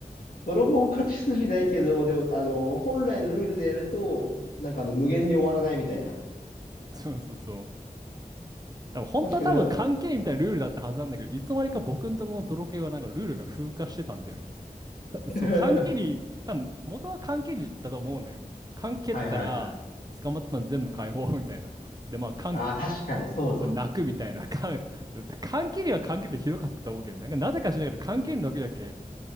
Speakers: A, on the left (about 80°); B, on the right (about 25°).
A: 泥棒勝ち筋ないけど、でも、あの、本来のルールでやると、なんかあの、無限に終わらないみたいな。
B: <laughs> そうそうそう。多分本当は多分関係みたいなルールだったはずなんだけど、
A: 確かに。
B: いつの間にか僕のとこの泥系はなんかルールが風化してたんだよね。<laughs> たそう、
A: <laughs>
B: 関係に、多分元は関係にだと思うのよ。関係ったら捕まったの全部解放みたいな。
A: はいはいはい。
B: で、まあ、関
A: ああ、確かにそうだ。
B: 泣くみたいな。関 <laughs> 関係には関係でひどかったと思うけど、なんかなぜか知らないけど、関係の時だけ